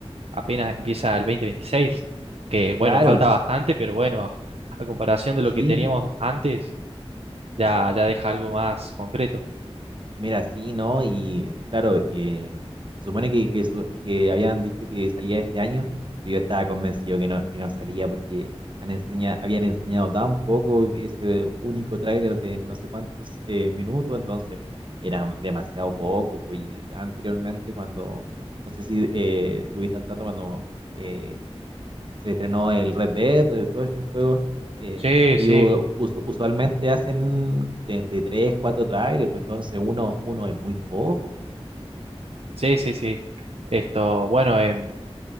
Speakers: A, on the right (about 70°); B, on the right (about 50°).
A: apenas empieza el 2026, que bueno,
B: Claro,
A: falta bastante, pero bueno, a, a comparación de
B: sí,
A: lo que teníamos antes, ya, ya deja algo más concreto.
B: mira, sí, ¿no? Y claro, y, eh, se supone que, que, su- que habían dicho que salía este año, pero yo estaba convencido que no, que no salía porque han enseña, habían enseñado tan poco que ese único tráiler de no sé cuántos eh, minutos, entonces era demasiado poco. pues, Y anteriormente cuando, no sé si eh, estuviste al tanto cuando eh, se estrenó el Red Dead, de todos estos juegos. eh,
A: Sí,
B: ellos
A: sí,
B: usu- usualmente hacen de entre 3, 4 trailers, pues entonces uno, uno es muy poco.
A: sí, sí, sí. Esto, bueno, em,